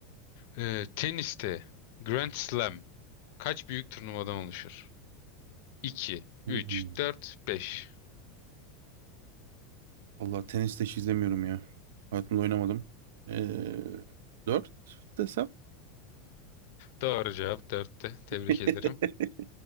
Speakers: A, on the left; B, on the right.
A: Ee, teniste Grand Slam kaç büyük turnuvadan oluşur? 2,
B: Hmm.
A: 3, 4, 5.
B: Valla tenis de hiç izlemiyorum ya. Hayatımda oynamadım. Ee, dört desem.
A: Doğru cevap dörtte. Tebrik
B: <laughs>
A: ederim.